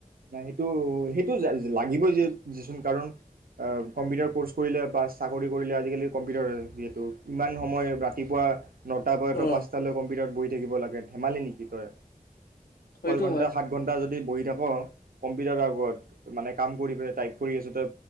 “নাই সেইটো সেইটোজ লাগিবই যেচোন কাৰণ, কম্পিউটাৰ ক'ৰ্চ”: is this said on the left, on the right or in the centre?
Right